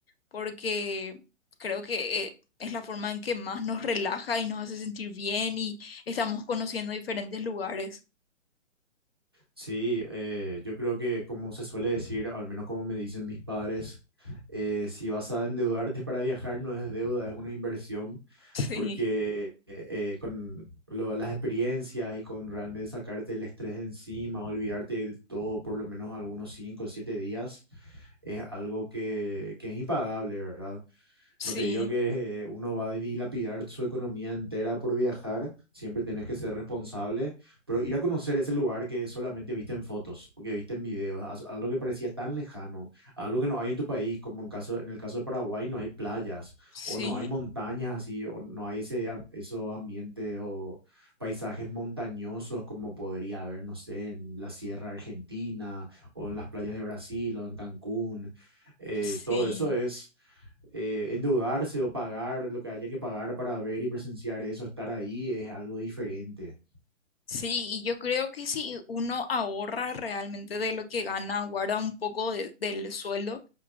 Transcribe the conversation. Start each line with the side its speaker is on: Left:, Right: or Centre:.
Left: porque creo que... eh, Es la forma en que más nos relaja y nos hace sentir bien y estamos conociendo diferentes lugares.
Right: Sí, eh, yo creo que como se suele decir, al menos como me dicen mis padres, eh, si vas a endeudarte para viajar no es deuda, es una inversión,
Left: <laughs> Sí,
Right: porque eh, eh, con lo- las experiencias y con realmente sacarte el estrés de encima, olvidarte de todo por lo menos algunos 5 o 7 días, es algo que, que es impagable, ¿verdad?
Left: sí.
Right: No te digo que eh, uno va a dilapidar su economía entera por viajar, siempre tenés que ser responsable, pero ir a conocer ese lugar que solamente viste en fotos o que viste en videos, as- algo que parecía tan lejano, algo que no hay en tu país, como en caso, en el caso de Paraguay no hay playas
Left: Sí,
Right: o no hay montañas así, o no hay ese, am- esos ambientes o paisajes montañosos como podría haber, no sé, en la Sierra Argentina o en las playas de Brasil o en Cancún. Eh,
Left: sí,
Right: todo eso es eh, endeudarse o pagar lo que haya que pagar para ver y presenciar eso, estar ahí es algo diferente.
Left: sí, y yo creo que si uno ahorra realmente de lo que gana, guarda un poco de- del sueldo,